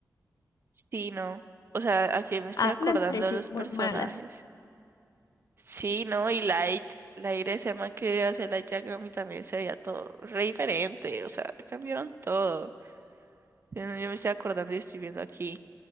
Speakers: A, on the right; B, on the left.
A: sí, no. O sea, aquí me estoy
B: A
A: acordando
B: mí me parecieron
A: de los
B: muy
A: personajes.
B: malas.
A: Sí, no, y Light, Light ese man que hace Light Yagami también se veía todo re diferente, o sea, cambiaron todo. Yo yo me estoy acordando y estoy viendo aquí.